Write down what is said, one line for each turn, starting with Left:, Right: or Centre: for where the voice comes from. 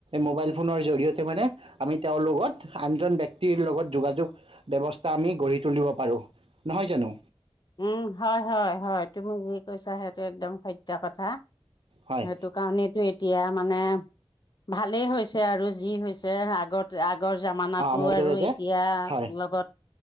Right: মোবাইল ফোনৰ জৰিয়তে মানে আমি তেওঁৰ লগত আনজন ব্যক্তিৰ লগত যোগাযোগ ব্যৱস্থা আমি গঢ়ি তুলিব পাৰো। নহয় জানো?
Left: উম হয় হয় হয় তুমি যি কৈছা সেইটো একদম সত্য কথা
Right: হয়
Left: সেইটো কাৰণেটো এতিয়া। মানে ভালেই হৈছে আৰু যি হৈছে আগত- আগৰ জামানাতো
Right: অ মোৰ
Left: আৰু
Right: জৰিয়তে
Left: এতিয়া
Right: হয়
Left: লগত,